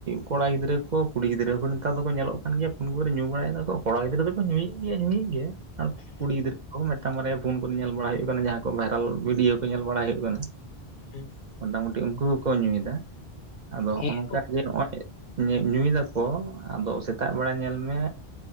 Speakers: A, on the right; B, on the left.
A: ᱠᱚᱲᱟ ᱜᱤᱫᱽᱨᱟᱹ ᱠᱚ ᱠᱩᱲᱤ ᱜᱤᱫᱽᱨᱟᱹ ᱦᱚᱠᱚ ᱱᱮᱛᱟᱨ ᱫᱚᱠᱚ ᱧᱮᱞᱚᱜ ᱠᱟᱱ ᱜᱮᱭᱟ᱾ <unintelligible> ᱨᱮ ᱧᱩ ᱵᱟᱲᱟᱭᱮᱫᱟᱠᱚ ᱠᱚᱲᱟ ᱜᱤᱫᱽᱨᱟᱹ ᱫᱚᱠᱚ ᱧᱩᱭᱮᱫ ᱜᱮᱭᱟ ᱧᱩᱭᱮᱫ ᱜᱮᱭ᱾ ᱟᱨ
B: ᱦᱩᱸ
A: ᱠᱩᱲᱤ ᱜᱤᱫᱽᱨᱟᱹ ᱠᱚᱦᱚᱸ ᱢᱤᱫᱴᱟᱝ ᱵᱟᱨᱭᱟ ᱯᱷᱳᱱ ᱠᱚᱨᱮ ᱧᱮᱞ ᱵᱟᱲᱟ ᱦᱳᱭᱳᱜ ᱠᱟᱱᱟ ᱡᱟᱦᱟᱸ ᱠᱚ ᱵᱷᱟᱭᱨᱟᱞ ᱵᱷᱤᱰᱭᱳ ᱠᱚ ᱧᱮᱞ ᱵᱟᱲᱟ ᱦᱳᱭᱳᱜ ᱠᱟᱱᱟ,
B: ᱦᱮᱸ
A: ᱢᱚᱴᱟᱢᱩᱴᱤ ᱩᱱᱠᱩ ᱦᱚᱸᱠᱚ ᱧᱩᱭᱮᱫᱟ, ᱟᱫᱚ ᱱᱚᱜᱼᱚ
B: ᱦᱮᱸ
A: ᱱᱚᱝᱠᱟ ᱡᱮ ᱱᱚᱜᱼᱚᱭ ᱧᱮᱜ ᱧᱩᱭ ᱫᱟᱠᱚ ᱟᱫᱚ ᱥᱮᱛᱟᱜ ᱵᱮᱲᱟ ᱧᱮᱞ ᱢᱮ,